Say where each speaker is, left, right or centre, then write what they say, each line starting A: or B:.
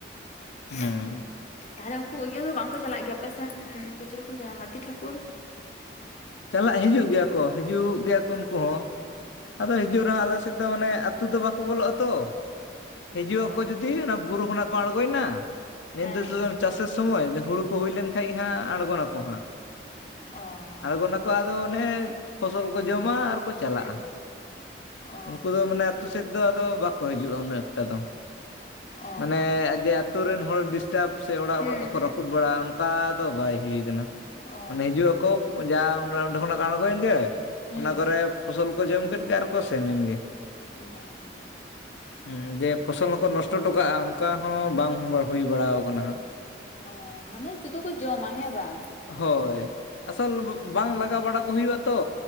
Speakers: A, on the left; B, on the left.
A: <unintelligible>
B: ᱦᱩᱸ
A: ᱛᱟᱦᱚᱞᱮ ᱩᱱᱠᱩ ᱤᱭᱟᱹ ᱵᱟᱝᱠᱚ ᱪᱟᱞᱟᱜ ᱜᱮᱭᱟ ᱟᱯᱮᱥᱮᱱ ᱩᱱᱠᱩ ᱪᱤᱞᱤ ᱠᱚ ᱞᱟᱹᱭᱟ ᱦᱟᱹᱛᱤ ᱴᱷᱟᱹᱠᱩᱨᱼᱼ
B: ᱪᱟᱞᱟᱜ ᱦᱤᱡᱩᱜ ᱜᱮᱭᱟ ᱠᱚ ᱦᱤᱡᱩᱜ ᱜᱮᱭᱟ ᱠᱚ ᱩᱱᱠᱩ ᱦᱚᱸ ᱟᱫᱚ ᱦᱤᱡᱩᱜ
A: ᱚ
B: ᱨᱮᱦᱚᱸ ᱟᱞᱮ ᱥᱮᱫᱼᱼ ᱫᱚ ᱢᱟᱱᱮ ᱟᱹᱛᱩ ᱫᱚ ᱵᱟᱠᱚ ᱵᱚᱞᱚᱜ ᱟ ᱛᱚ ᱦᱤᱡᱩᱜ
A: ᱚ
B: ᱟᱠᱚ ᱡᱩᱫᱤ ᱚᱱᱟ ᱵᱩᱨᱩ ᱠᱷᱚᱱᱟᱜᱼᱼ ᱠᱚ ᱟᱸᱲᱜᱚᱭᱱᱟ ᱧᱤᱫᱚ
A: ᱦᱮᱸ
B: ᱛᱮᱫᱚ ᱪᱟᱥᱮᱨ ᱥᱚᱢᱚᱭ ᱡᱮ ᱦᱩᱲᱩ ᱠᱚ ᱦᱩᱭ ᱞᱮᱱ ᱠᱷᱟᱭᱡ ᱜᱮ ᱦᱟᱸᱜ ᱟᱸᱲᱜᱚᱱᱟᱠᱚ ᱦᱟᱸᱜ
A: ᱚᱻ
B: ᱟᱸᱲᱜᱚᱱᱟᱠᱚ ᱟᱫᱚ ᱚᱱᱮ ᱯᱷᱚᱥᱚᱞ ᱠᱚ ᱡᱚᱢᱟ ᱟᱨᱼᱼ ᱠᱚ ᱪᱟᱞᱟᱜᱼᱟ
A: ᱦᱩᱸ ᱚ
B: ᱩᱱᱠᱩ ᱫᱚ ᱢᱟᱱᱮᱼᱼ ᱟᱹᱛᱩ ᱥᱮᱫ ᱫᱚ ᱟᱫᱚ ᱵᱟᱠᱚ ᱦᱤᱡᱩᱜᱼᱟ ᱩᱱᱟᱹᱜ ᱮᱠᱴᱟ ᱫᱚ
A: ᱚ
B: ᱢᱟᱱᱮ
A: ᱚ
B: ᱟᱨ ᱡᱮ ᱟᱹᱛᱩ ᱨᱮᱱ ᱦᱚᱲ ᱰᱤᱥᱼᱼ ᱥᱴᱟᱯ ᱥᱮ ᱚᱲᱟᱜ
A: ᱦᱩᱸ
B: ᱚᱲᱟᱜ ᱠᱚ
A: ᱦᱩᱸ
B: ᱨᱟᱹᱯᱩᱫ ᱵᱟᱲᱟᱜ ᱚᱱᱠᱟ ᱫᱚ ᱵᱟᱭ ᱦᱩᱭ ᱟᱠᱟᱱᱟ
A: ᱚ
B: ᱢᱟᱱᱮ ᱦᱤᱡᱩᱜ ᱟᱠᱚᱼᱼ ᱡᱟ ᱚᱱᱟ ᱚᱱᱰᱮ ᱠᱷᱚᱱᱟᱜ ᱠᱚ ᱟᱸᱲᱜᱚᱭᱮᱱ ᱜᱮ
A: ᱚ ᱦᱩᱸ
B: ᱚᱱᱟ ᱠᱚᱨᱮ ᱯᱷᱚᱥᱚᱞ ᱠᱚ ᱡᱚᱢ ᱠᱮᱫ ᱜᱮ ᱟᱨᱠᱚ ᱥᱮᱱ ᱮᱱᱜᱮ
A: ᱚᱻ
B: <inaudible> ᱦᱚᱸ ᱡᱮ ᱯᱷᱚᱥᱚᱞ ᱦᱚᱸᱠᱚ ᱱᱚᱥᱴᱚ ᱴᱚᱠᱟᱜᱼᱟ ᱚᱱᱠᱟ ᱦᱚᱸ ᱵᱟᱝ ᱦᱩᱭ ᱵᱟᱲᱟᱭ ᱠᱟᱱᱟ ᱦᱟᱸ
A: ᱚ ᱢᱟᱱᱮ ᱥᱩᱫᱷᱩ ᱠᱚ ᱡᱚᱢᱟ ᱦᱮᱸ ᱵᱟᱝ?
B: ᱦᱳᱭ ᱟᱥᱚᱞ
A: ᱦᱩᱸ
B: ᱵᱟᱝ ᱞᱟᱜᱟ ᱵᱟᱲᱟ ᱠᱚ ᱦᱩᱭᱩᱜᱼᱟ ᱛᱚ